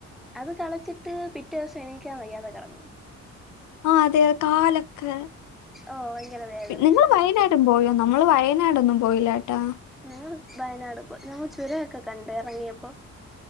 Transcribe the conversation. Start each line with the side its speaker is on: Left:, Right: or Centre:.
Centre: അത് കളിച്ചിട്ട് പിറ്റേ ദിവസം എണീക്കാൻ വയ്യാതെ കെടന്നു
Left: ആ അതെ അ കാലൊക്കെ
Centre: ഓഹ് ഭയങ്കര വേദനയായിരുന്നു
Left: പിന്നെ നിങ്ങള് വയനാടും പോയോ നമ്മള് വയ നാടൊന്നും പോയില്ലട്ടോ
Centre: ങ്ങള് വയനാട് പോയ് ഞങ്ങള് ചുരൊക്കെ കണ്ട് എറങ്ങിയപ്പോ